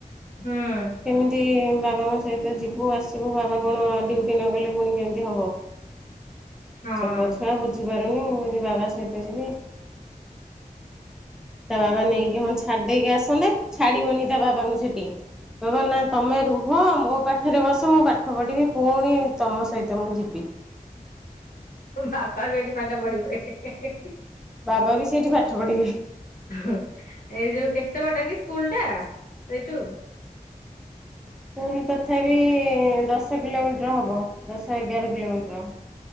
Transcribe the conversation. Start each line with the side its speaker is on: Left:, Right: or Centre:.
Left: ହୁଁ
Centre: କେମିତି ବାବାଙ୍କ ସହିତ ଯିବୁ ଆସିବୁ ବାବା କଣ ଡ୍ୟୁଟି ନଗଲେ ପୁଣି କେମିତି ହବ?
Left: ହଁ
Centre: ଛୋଟ ଛୁଆ ବୁଝି ପାରୁନି କହୁଚି ବାବା ସହିତ ଯିବି। ତା ବାବା ନେଇକି ହଁ ଛାଡି ଦେଇକି ଆସନ୍ତେ, ଛାଡିବନି ତା ବାବାଙ୍କୁ ସେଠି। କହିବ ନା ତମେ ରୁହ, ମୋ ପାଖରେ ବସ, ମୁଁ ପାଠ ପଢ଼ିବି ପୁଣି ତମ ସହିତ ମୁଁ ଯିବି।
Left: ବାପା ବି ଏଠି ପାଠ ପଢି <unintelligible>
Centre: ବାବା ବି ସେଇଠି ପାଠ ପଢିବେ।
Left: ଏଇ ଯୋଉ କେତେ ବାଟ କି ସ୍କୁଲ ଟା ସେଇଠୁ?
Centre: ସ୍କୁଲ ତଥାପି ଦଶ କିଲୋମିଟର ହବ, ଦଶ ଏଗାର କିଲୋମିଟର।